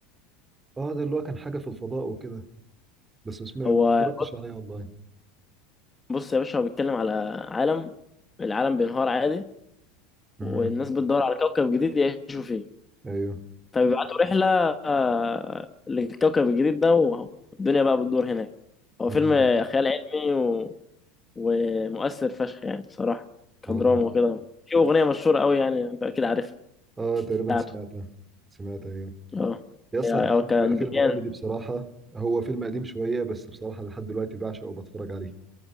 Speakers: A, on the right; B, on the left.
A: اه ده اللي هو كان حاجه في الفضاء وكده بس اسمه إيه؟
B: هو
A: ما اتفرجتش عليه والله
B: بص يا باشا هو بيتكلم على عالم العالم بينهار عادي
A: امم
B: والناس بتدور على كوكب جديد يعيشوا فيه
A: ايوه
B: فبيبعتوا رحلة آه، للكوكب الجديد ده والدنيا بقى بتدور هناك هو
A: امم
B: فيلم خيال علمي و... ومؤثر فشخ يعني صراحة كدراما
A: اه
B: وكده في أغنية مشهورة قوي يعني أنت أكيد عارفها
A: اه تقريبا
B: بتاعته
A: سمعتها سمعتها ايوه
B: اه
A: يا اسطى
B: هي-
A: انا
B: هو
A: عندي
B: كان
A: بقى فيلم
B: بيان
A: كوميدي بصراحه هو فيلم قديم شويه بس بصراحه لحد دلوقتي بعشقه وبتفرج عليه